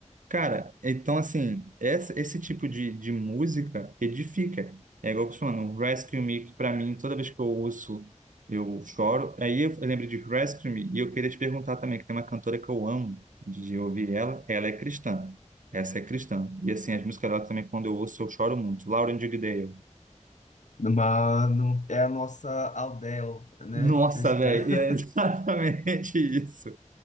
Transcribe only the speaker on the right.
Cara, então assim, essa- esse tipo de, de música edifica. É igual que você falando, um Rescue Me, que pra mim, toda vez que eu ouço, eu choro. Aí eu lembro de Rescue Me, e eu queria te perguntar também, que tem uma cantora que eu amo de ouvir ela, ela é cristã. Essa é cristã. E assim, as músicas dela também, quando eu ouço, eu choro muito. Lauren Daigle.
Nossa,
velho,
é exatamente <laughs> isso.